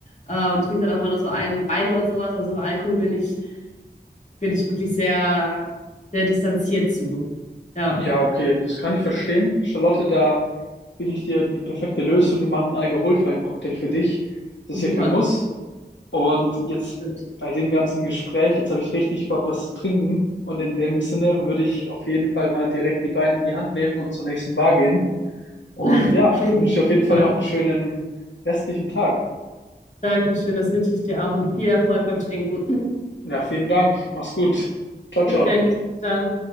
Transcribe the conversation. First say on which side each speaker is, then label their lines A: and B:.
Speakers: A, on the left (about 40°); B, on the left (about 75°).
A: äh, und trinke dann auch mal nur so einen Wein oder sowas. Also bei Alkohol bin ich, bin ich wirklich sehr, sehr distanziert zu. Ja,
B: Ja, okay, das kann ich verstehen. Charlotte, da will ich dir die perfekte Lösung. Wir machen einen alkoholfreien Cocktail für dich. Das
A: super.
B: ist ja kein Muss. Und jetzt
A: Gut.
B: bei dem ganzen Gespräch, jetzt habe ich richtig Bock, was zu trinken. Und in dem Sinne würde ich auf jeden Fall mal direkt die Beine in die Hand nehmen und zur nächsten Bar gehen. Und
A: <laughs>
B: ja,
A: Klingt
B: wünsche dir
A: gut.
B: auf jeden Fall noch einen schönen restlichen Tag.
A: Dankeschön, das wünsche ich dir auch und viel Erfolg beim Trinken.
B: Ja, vielen Dank. Mach's gut.
A: <laughs>
B: Ciao, ciao.
A: Bis dann. Ciao.